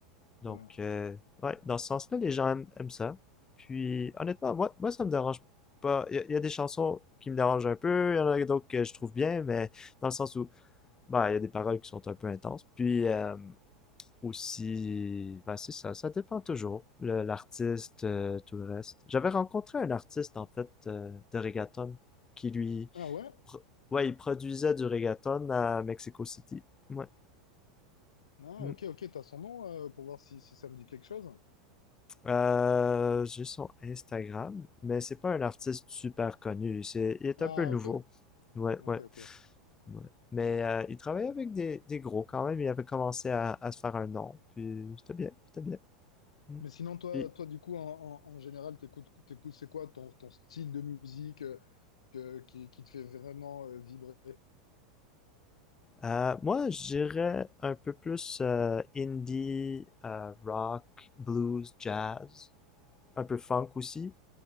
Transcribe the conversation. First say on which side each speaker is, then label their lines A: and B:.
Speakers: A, on the left; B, on the left.
A: Donc,
B: ouais.
A: euh, ouais, dans ce sens-là, les gens aiment, aiment ça. Puis, honnêtement, moi, moi, ça me dérange pas. Il y, a- il y a des chansons qui me dérangent un peu. Il y en a d'autres que je trouve bien, mais dans le sens où, bah, il y a des paroles qui sont un peu intenses. Puis, euh, ou si ben c'est ça, ça dépend toujours, le- l'artiste, euh, tout le reste. J'avais rencontré un artiste, en fait, euh, de reggaeton, qui lui,
B: Ah ouais?
A: pro- ouais, il produisait du reggaeton à Mexico City. Ouais.
B: Ah,
A: Mm.
B: ok, ok, t'as son nom euh, pour voir si, si ça me dit quelque chose.
A: Euh, j'ai son Instagram, mais c'est pas un artiste super connu, c'est, il est
B: Ah,
A: un peu nouveau.
B: ok,
A: Ouais,
B: ok,
A: ouais,
B: ok.
A: ouais. Mais euh, il travaillait avec des, des gros quand même, il avait commencé à, à se faire un nom, puis c'était bien, c'était bien. Mm.
B: Mais sinon, toi,
A: Puis,
B: toi du coup, en, en, en général, t'écoutes, t'écoutes, c'est quoi ton, ton style de musique euh, que, qui, qui te fait vraiment euh, vibrer?
A: Euh, moi, je dirais un peu plus euh, indie, euh, rock, blues, jazz, un peu funk aussi,